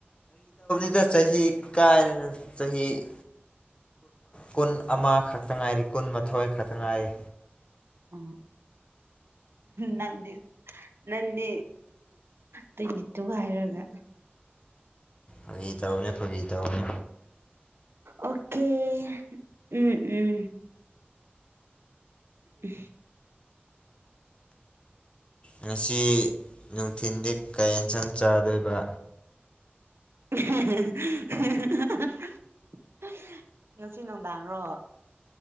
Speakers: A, on the left; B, on the right.
A: ꯗ ꯆꯍꯤ ꯀꯥꯏ ꯆꯍꯤ ꯀꯨꯟ ꯑꯃ ꯈꯛꯇ ꯉꯥꯏꯔꯤ ꯀꯨꯟꯃꯥꯊꯣꯏ ꯈꯛꯇ ꯉꯥꯏꯔꯤ
B: ꯑ ꯅ ꯅꯪꯗꯤ ꯇ꯭ꯋꯦꯟꯇꯤ ꯇꯨ ꯍꯥꯏꯔꯒ
A: ꯍꯧꯖꯤ ꯇꯧꯅꯦ ꯐꯖꯤ ꯇꯧꯅꯦ
B: ꯑꯣꯀꯦ ꯎꯝ ꯎꯝ ꯎ
A: ꯉꯁꯤ ꯅꯨꯡꯊꯤꯟꯜꯗꯤ ꯀꯌꯥ ꯌꯦꯟꯁꯥꯡ ꯆꯥꯗꯣꯏꯕ
B: <unintelligible> ꯉꯁꯤ ꯅꯨꯡꯗꯥꯡꯔꯣ